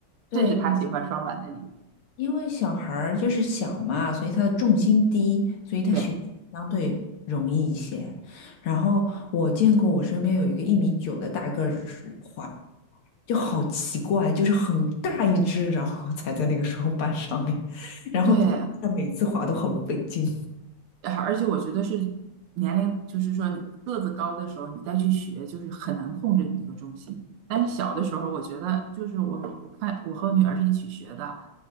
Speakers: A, on the left; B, on the right.
A: 对，
B: 这是他喜欢双板的理由。
A: 因为小孩儿就是小嘛，所以他的重心低，所以他学习相对容易一些。
B: 对
A: 然后我见过我身边有一个一米九的大个儿滑，就好奇怪，就是很大一只，然后 <laughs> 踩在那个双板上面，然后就他每次滑都很费劲。
B: 对，呃而且我觉得是年龄，就是说你个子高的时候，你再去学，就是很难控制你这个重心。但是小的时候，我觉得就是我我看我和我女儿是一起学的，